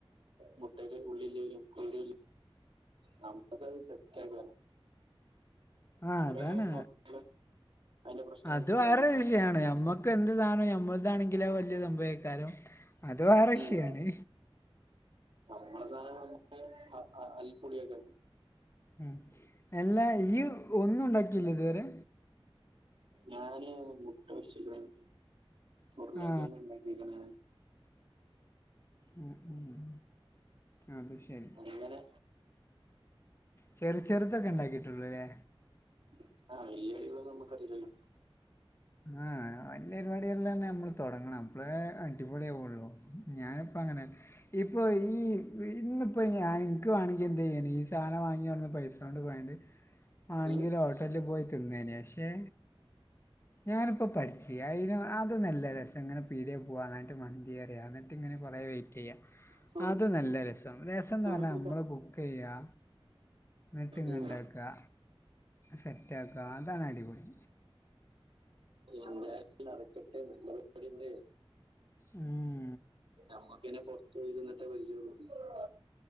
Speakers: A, on the right (about 65°); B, on the left (about 25°).
A: മുട്ടന്റെ ഉള്ളിലുള്ള കുരു നമുക്ക <unintelligible> ത് സെറ്റായിക്കാരം.
B: ആഹ് അതാണ്.
A: നോക്കുമ്പോഴേ അതിന്റെ പ്രശ്നം
B: അത്
A: മനസ്സിലാവുള്ളൂ
B: വേറൊര് വിശ് യാണ്. അമ്മക്ക് എന്ത് സാനോം ഞമ്മൾതാണെങ്കില് അഅ് വല്യ സംഭവേക്കാരം, അത് വേറെ വിഷ്യാണ്.
A: ഉം. നമ്മള് സാധാരണ ആഹ് അരിപ്പൊടിയൊക്കെ
B: ഉം. എല്ലാ യ്യി ഒന്നുണ്ടാക്കീല്ല്യതുവെരെ.
A: ഞാന് മുട്ട പൊരിച്ചികണ് ഉരുള
B: ആ
A: ങ്കെഴ്ങ്ങ് ഇണ്ടാക്കിക്കണ്
B: ഉം, ഉം. അത് ശരി.
A: അങ്ങനെ
B: ചെറു ചെറുതൊക്കെ ഇണ്ടാക്കിട്ടുള്ളൂ ല്ലേ
A: <unintelligible> നമ്മക്കറീലല്ലോ.
B: ആഹ് വല്ല പരിപാടില്ലാം തന്നെ നമ്മള് തുടങ്ങണം അപ്പള അടിപൊളിയാവോള്ളൂ ഞാനിപ്പ അങ്ങനെ ഇപ്പോ ഈ ഇന്നിപ്പോ ഞാൻ എനിക്ക് വേണമെങ്കിൽ എന്ത് ചെയ്യാല് ഈ സാധനം വാങ്ങിയണെന് പൈസ. എടുത്തോണ്ട് പോയണ്ട് ആണെങ്കിൽ
A: ഉം
B: ഹോട്ടലിൽ പോയി തിന്നേനെ പക്ഷേ. ഞാനിപ്പോ പട്ച്ചി അയിന് അതൊന്നല്ല രസം ഇങ്ങനെ പീട്യാ പോവ എന്നിട്ട് മന്തി പറ്യാ എന്നിട്ട് ഇങ്ങനെ കൊറെ വൈ ചെയ്യാം
A: സുഹൃത്ത്
B: അത് നല്ല രസം രസയെന്ന്
A: സുഹൃത്ത്
B: പറഞ്ഞാൽ നമ്മള് കുക്ക് ചെയ്യാ. നെറ്റ് ഇങ്ങട്ട്
A: ഉം
B: ഓൺ ആക്കുക സെറ്റാക്കുക അതാണ് അടിപൊളി.
A: അങ്ങനെ അല്ല അറക്കട്ടെ നല്ലത്. എവിടെയുണ്ടെ
B: ഉം
A: നമുക്ക് തന്നെ കുറച്ചിരുന്നിട്ട് പരിചയമുള്ള.